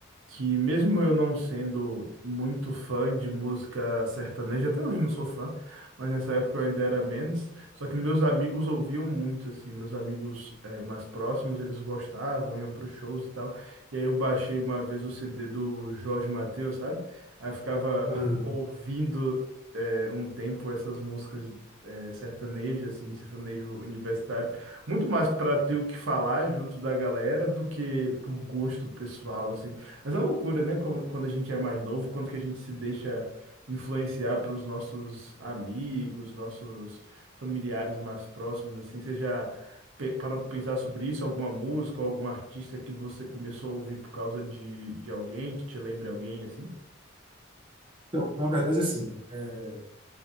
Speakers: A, on the right (about 80°); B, on the right (about 25°).
A: que mesmo eu não sendo muito fã de música sertaneja, até hoje não sou fã, mas nessa época eu ainda era menos, só que meus amigos ouviam muito, assim, meus amigos eh, mais próximos, eles gostavam, iam para os shows e tal, e aí eu baixei uma vez o CD do Jorge Mateus, sabe? Aí eu ficava
B: Hum.
A: <laughs> ouvindo eh, um tempo essas músicas eh, sertanejas, assim, sertanejo universitário, muito mais para ter o que falar junto da galera do que por gosto pessoal, assim, mas é uma loucura, né? como- Quando a gente é mais novo, quanto que a gente se deixa influenciar pelos nossos amigos, nossos familiares mais próximos, assim. Você já pe- parou para pensar sobre isso? Alguma música, algum artista que você começou a ouvir por causa de, de alguém, que te lembre alguém, assim?
B: Então, na verdade, assim. é,